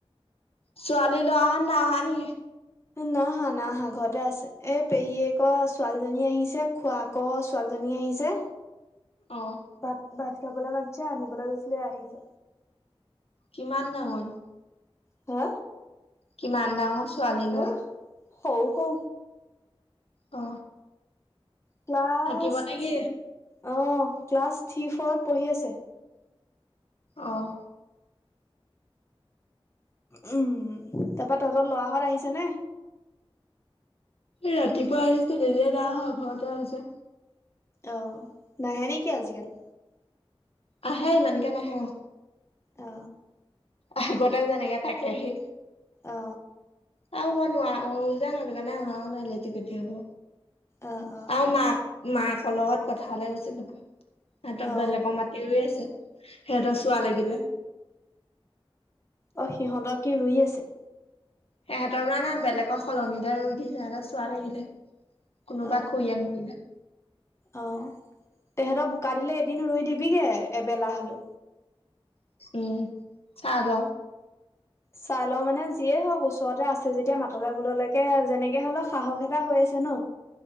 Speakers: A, on the left (about 80°); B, on the left (about 30°).
A: ছোৱালী লৱাহত নাই অহা নি
B: না অহা না ঘৰতে আছে এই পেহীয়েক ছোৱালীজনী আহিছে খোৱাক ছোৱালীজনী জনী আহিছে
A: আহঁ
B: ভাত ভাত খাবলৈ মাতিছে আনিবলৈ গৈছিলে আহিছে
A: কিমান ডাঙৰ
B: হা
A: কিমান ডাঙৰ ছোৱালী লোৱা
B: এ সৰু সৰু
A: অ
B: ক্লাছ
A: থাকিব নে
B: থি
A: কি
B: অ ক্লাছ থি ফৰত পঢ়ি আছে
A: অহ।
B: উম তাৰ পৰা তহঁতৰ লৰাহত আহিছে নে
A: ৰাতিপুৱা আহিছে নিজে না অহা ঘৰতে আছে
B: অ নাহে নেকি আজিকালি
A: আহে ইমানকে নাহে অ।
B: অ
A: আগতে যেনেকে থাকেহি
B: অ
A: আৰু মই নোৱাৰো যে সেইটো কাৰণে অহা নাই লেটি পেটি হব
B: অ অ
A: আৰু মাক মাকৰ লগত পথালে গৈছিল হপাই সিহতৰ
B: অ
A: বেলেগৰ মাটি ৰুই আছে সিহঁতৰ চোৱা লাগিলে
B: অ সিহঁতৰ কি ৰুই আছে।
A: সিহঁতৰ পৰা না বেলেগৰ সলনিলে ৰুই দিছে আৰু সিহঁতৰ চোৱা লাগিলে কোনোবা
B: অ
A: খুৰীয়েক মৰিলে
B: অ তেহেত বু কা দিলে এদিন ৰুই দিবিগে এবেলা হলো।
A: উম চাই ল
B: চাই লও মানে যিয়ে হওক ওচৰতে আছে যেতিয়া মাতলে বুললেকে যেনেকে হলেও সাহস এটা হৈ ছে ন